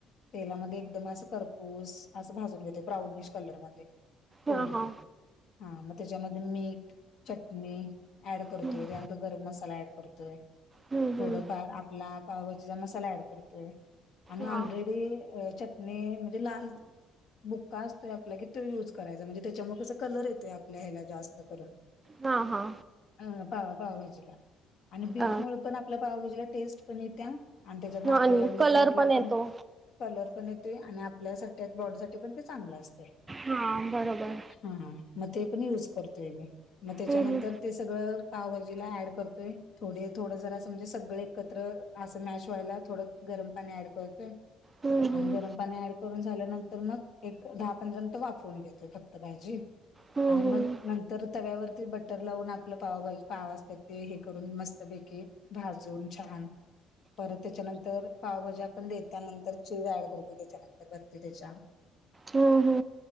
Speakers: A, on the left (about 60°); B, on the right (about 30°).
A: तेलामध्ये एकदम असं खरपूस असं भाजून घेते ब्राउनिश कलरमध्ये पूर्ण
B: हा हा
A: हा मग त्यामध्ये मीठ चटणी ऍड करतोय
B: हम्म
A: त्यांनतर गरम मसाला ऍड करतोय.
B: हम्म
A: थोडंफार
B: हम्म
A: आपला पावभाजीचा मसाला ऍड करतोय आणि
B: हा
A: ऑलरेडी अ चट णि म्हणजे लाल बुक्का असतोय आपला कि तो युज करायचा म्हणजे त्याच्यामुळे कस कलर येतोय आपल्या ह्याला जास्त करून
B: हा हा
A: अ पाव पावभाजीला आणि बीटमुळे
B: अ
A: पण आपल्या पावभाजीला टेस्ट पण येत्या आणि त्याच्यातन
B: हा,
A: आपल्याला
B: आणि
A: म्हणजे
B: कलर
A: ब्लडला पण
B: येतो
A: कलर पण येतोय आणि आपल्यासाठी बॉडीसाठी पण ते चांगलं असतय
B: हां बरोबर
A: हा मग ते पण युज करतोय मी मग त्याच्यानंतर
B: हम्म
A: ते सगळं पावभाजीला ऍड करतोय थोडी थोडं जरास म्हणजे सगळे एकत्र असं मॅश व्हायला थोडं गरम पाणी ऍड करतोय
B: हम्म हम्म
A: आणि गरम पाणी ऍड करून झाल्यानंतर मग एक दहा पंधरा मिनिटं वाफउन घेतोय फक्त भाजी
B: हम्म हम्म
A: आणि मग नंतर तव्यावरती बटर लावून आपलं पावभाजी पाव असत्यात ते हे करून मस्त पैकी कीे भाजून छान परत त्याच्यानंतर पावभाज्या पण देतानंतर चीज ऍड करतो त्याच्यानंतर वरती त्याच्या
B: हो हो